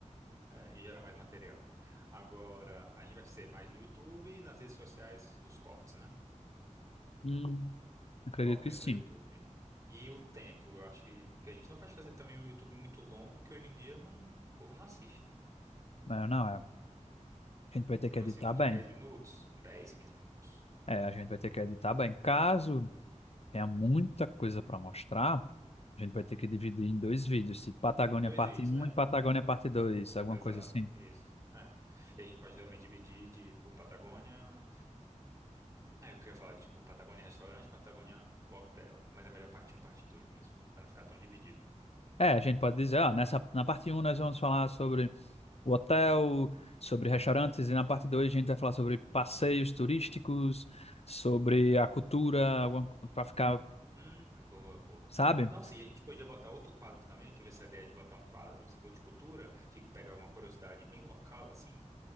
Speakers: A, on the right (about 25°); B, on the left (about 55°).
A: É, e gera mais material. Agora, a gente vai ser mais no YouTube e nas redes sociais os cortes, né?
B: Hum, acredito
A: Foco mesmo
B: que sim.
A: no YouTube. E o tempo, eu acho que, que a gente não pode fazer também um YouTube muito longo, que hoje em dia não, o povo não assiste, né?
B: Mas não, é. A gente vai ter
A: Tipo
B: que editar
A: assim, uns
B: bem.
A: dez minutos, dez, quinze minutos.
B: É, a gente vai ter que editar bem. Caso tenha muita coisa para mostrar, a gente vai ter que dividir em dois vídeos. Se Patagônia
A: Dois
B: parte
A: vídeos,
B: um
A: é.
B: e Patagônia parte dois alguma
A: Exato,
B: coisa assim.
A: isso. É. E a gente pode também dividir de, tipo, Patagônia. Ah, eu queria falar, tipo, Patagônia restaurante, Patagônia hotel. Mas é melhor parte um parte 2 mesmo. Pra não ficar tão dividido, né?
B: É, a gente pode dizer, ó, nessa, na parte um nós vamos falar sobre o hotel, sobre restaurantes, e na parte 2 a gente vai falar sobre passeios turísticos, sobre a cultura, para ficar,
A: Hum, boa, boa.
B: sabe?
A: Nossa, e a gente podia botar outro quadro também. Eu tive essa ideia de botar um quadro que você falou de cultura, de pegar uma curiosidade bem local, assim,